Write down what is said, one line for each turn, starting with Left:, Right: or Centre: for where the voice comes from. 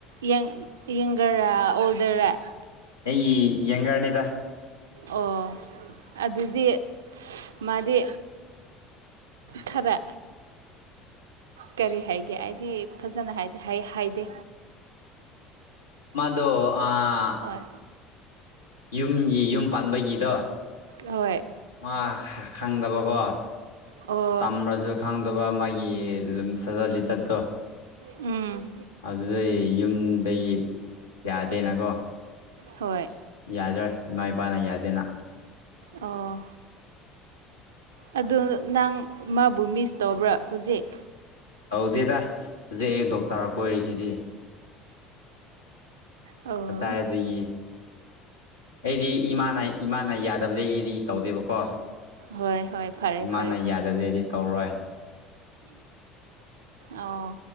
Right: ꯌꯦꯡ ꯌ‌ꯦꯡꯒꯔꯔꯥ ꯑꯣꯜꯗꯔꫪꯥ
Left: ꯑꯤ ꯌꯦꯡꯒꯔꯅꯤꯗ
Right: ꯑꯣ ꯑꯗꯨꯗꯤ ꯃꯥꯗꯤ ꯊꫪꯥ ꯀꯔꯤ ꯍꯥꯏꯒꯦ ꯍꯥꯏꯗꯤ ꯐꯖꯅ ꯍꯥꯏꯗꯦ ꯍꯥꯏꯌ‌ꯦ ꯍꯥꯏꯗꯤ
Left: ꯑꯗꫭ ꯑꯥ
Right: ꯍꯣꯏ
Left: ꯌꯨꯝꯒꯤ ꯌꯨꯝ ꯄꯥꯟꯕꯒꯤꯗꯣ
Right: ꯍꯣꯏ
Left: ꯑꯥ ꯈꯪꯗꯕꯀꯣ
Right: ꯑꯣ
Left: ꯑꯝꯃꫪꯖꯨ ꯈꯪꯗꯕ ꯃꯥꯒꯤ ꯂꯝ ꯁꯖꯠ ꯂꯤꯆꯠꯇꯣ
Right: ꯎꯝ
Left: ꯑꯗꯨꯗꯩ ꯌꯨꯝꯗꯩꯒꯤ ꯌꯥꯗꯦꯅꯀꯣ
Right: ꯍꯣꯏ
Left: ꯌꯥꯂꫭꯏ ꯏꯃꯥ ꯏꯄꯥꯅ ꯌꯥꯗꯦꯅ
Right: ꯑꯣ ꯑꯗꯨꯗꫭ ꯅꯪ ꯃꯥꯕꯨ ꯃꯤꯁ ꯇꯧꯕ꯭ꯔꯥ ꯍꯧꯖꯤꯛ
Left: ꯇꯧꯗꯦꯗ ꯍꯧꯖꯤꯛ ꯑꯩ ꯗꯣꯛꯇꯔ ꯀꯣꯏꯔꯤꯁꯤꯗꯤ
Right: ꯑꯣ
Left: ꯇꯥꯗ‌ꯦꯌ‍ꯦ ꯑꯩꯗꯤ ꯏꯃꯥꯅ ꯏꯃꯥꯅ ꯌꯥꯗꯕꯗꯤ ꯑꯩꯗꯤ ꯇꯧꯗꯦꯕꯀꯣ
Right: ꯍꯣꯏ ꯍꯣꯏ ꯐꯔꯦ
Left: ꯏꯝꯃꯥꯅ
Right: ꯐꯔꯦ
Left: ꯌꯥꯗꯕꯗꯤ ꯑꯩꯗꯤ ꯇꯧꫪꯥꯔꯣꯏ
Right: ꯑꯣ